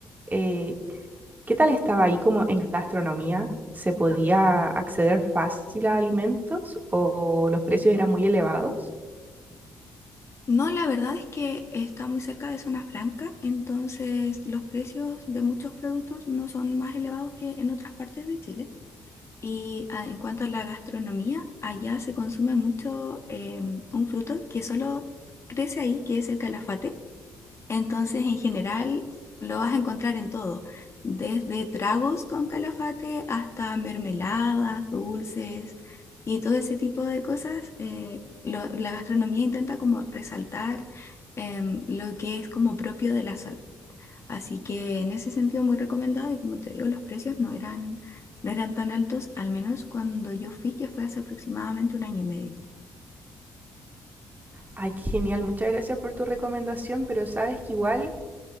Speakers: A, on the right (about 25°); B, on the left (about 35°).
A: eh, qué tal estaba ahí como en gastronomía? ¿Se podía acceder fácil a alimentos o los precios eran muy elevados?
B: No, la verdad es que está muy cerca de zona franca, entonces los precios de muchos productos no son más elevados que en otras partes de Chile. Y ah, en cuanto a la gastronomía, allá se consume mucho em, un fruto que solo crece ahí, que es el calafate Entonces, en general, lo vas a encontrar en todo, desde tragos con calafate hasta mermeladas, dulces y todo ese tipo de cosas. eh, lo- la gastronomía intenta como resaltar em, lo que es como propio de la zona. Así que en ese sentido muy recomendado y como te digo, los precios no eran, no eran tan altos, al menos cuando yo fui, que fue hace aproximadamente un año y medio.
A: Ay, qué genial. Muchas gracias por tu recomendación, pero sabes que igual